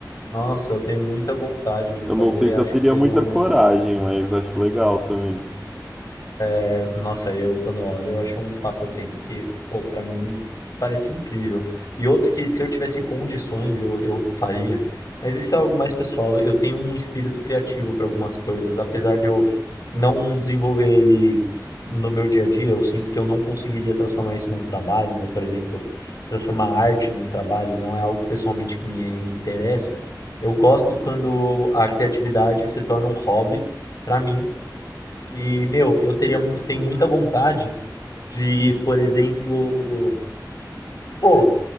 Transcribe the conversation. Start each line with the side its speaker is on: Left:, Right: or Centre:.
Left: Nossa, eu tenho muita vontade de fazer,
Centre: Eu não sei se
Left: acho
Centre: eu teria
Left: que seria
Centre: muita
Left: um
Centre: coragem, mas acho legal também.
Left: É, nossa, eu quando olho, eu acho um passatempo que, pô, pra mim parece incrível. E outro que se eu tivesse condições, eu, eu faria. Mas isso é algo mais pessoal. Eu tenho um espírito criativo para algumas coisas, apesar de eu não desenvolver ele no meu dia a dia, eu sinto que eu não conseguiria transformar isso num trabalho, né? Por exemplo, transformar arte num trabalho não é algo pessoalmente que me, me interessa. Eu gosto quando a criatividade se torna um hobby para mim e, meu, eu teria, eu tenho muita vontade de, por exemplo, pô,